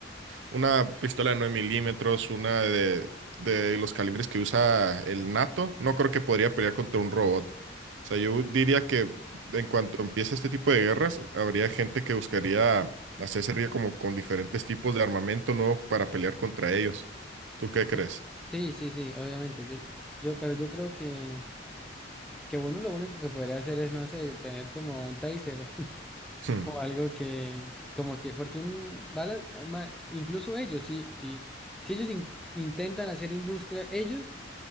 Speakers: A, on the right; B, in the centre.
A: una pistola de 9 milímetros, una de, de los calibres que usa el NATO, no creo que podría pelear contra un robot. O sea, yo diría que en cuanto empiece este tipo de guerras, habría gente que buscaría hacerse ría como con diferentes tipos de armamento nuevo para pelear contra ellos. ¿Tú qué crees?
B: Eh,
A: <laughs>
B: Sí, sí, sí, obviamente. Yo, yo, pero yo creo que Que uno lo único que podría hacer es, no sé, tener como un taser <laughs>
A: Hmm,
B: o algo que, como que, porque un bala, ma- incluso ellos, sí, sí, si ellos in- intentan hacer industria, ellos,